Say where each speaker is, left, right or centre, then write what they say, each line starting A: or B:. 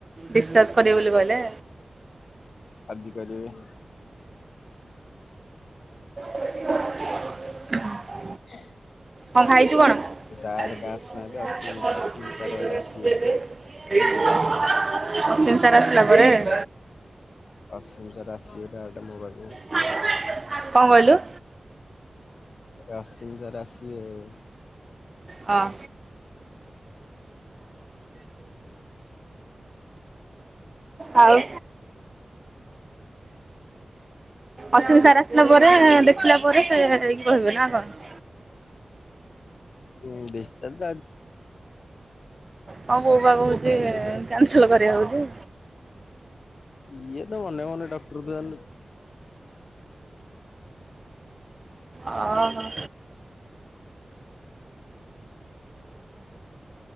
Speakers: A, on the right (about 35°); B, on the left (about 85°).
A: ଡିସ୍ଚାର୍ଜ କରିବ ବୋଲି କହିଲେ
B: ଆଜି କରିବେ
A: <unintelligible>
B: <unintelligible>
A: କଣ ଖାଇଛୁ କଣ
B: ସାର୍
A: ନିର୍ସିମ୍
B: କାଇଁ ଆସିନାହାନ୍ତି ଅସୀମ ଅସୀମ ସାର୍ ବୋଧେ ଆସିବେ
A: ସାର୍ ଆସିଲା ପରେ
B: <unintelligible>
A: କଣ କହିଲୁ
B: ଆସିମ ସାର୍ ଆସିବେ ଆଉ
A: ହଁ ଆଉ ଅସମି ସାର ଆସିଲା ପରେ ଦେଖିଲା ପରେ ସେ ଯାଇକି କହିବେ ନା କଣ
B: ହଁ ଡିଶ୍ଚଚା
A: ହଁ ବୋଉ ବା କହୁଛି
B: ରଖିଛନ୍ତି
A: କ୍ୟାନସଲ
B: ଏଇଥିପାଇଁ।
A: କରିବା ବଲି
B: ଇଏ ତ ମନେ ମନେ ଡକ୍ଟର ତୁ ଜାଣିନୁ
A: ଓ ହୋ